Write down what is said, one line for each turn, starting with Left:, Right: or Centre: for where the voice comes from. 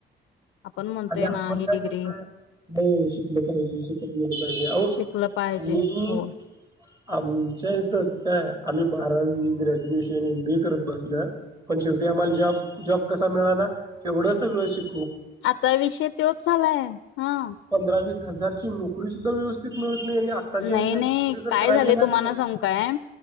Left: आपण म्हणतोय
Right: आणि आपण
Left: ना ही
Right: काय
Left: डिग्री
Right: करतोय, हे शिकलं पाहिजे शिकत गेलं पाहिजे आहों
Left: शिकलं पाहिजे
Right: मी
Left: हो
Right: आमच्या इथ काय आम्ही बारावी, ग्रॅज्युएशन, एम बी ए करत बसल्यात. पण शेवटी आम्हाला जॉब जॉब कसा मिळाला. एवढ सगळं शिकू
Left: आता विषय त्योचं झालाय, हा.
Right: पंधरा वीस हजारची नोकरी सुद्धा व्यवस्थित मिळत नाही आणि आत्ताच्या
Left: नाही
Right: ह्याच्यात
Left: नाही
Right: नोकरी जर
Left: काय
Right: करायची
Left: झालं
Right: गेला
Left: तुम्हाला
Right: का नाही
Left: सांगू काय.